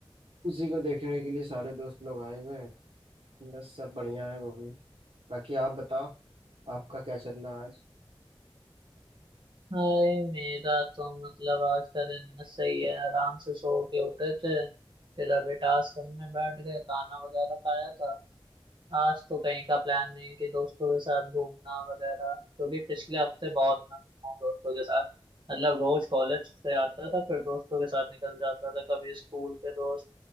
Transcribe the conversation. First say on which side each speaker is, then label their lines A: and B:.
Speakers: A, on the right; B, on the right.
A: उसी को देखने के लिए सारे दोस्त लोग आए हुए हैं बस सब बढ़िया है वो भी बाकी आप बताओ आपका क्या चल रहा है आज
B: भाई मेरा तो मतलब आज का दिन सही है आराम से सो के उठे थे फिर अभी टास्क करने बैठ गए खाना वगैरह खाया था आज तो कहीं का प्लान नहीं है कि दोस्तों के साथ घूमना वगैरह क्योंकि पिछले हफ्ते बहुत मैं घूमा हूँ दोस्तों के साथ मतलब रोज कॉलेज से आता था फिर दोस्तों के साथ निकल जाता था कभी स्कूल के दोस्त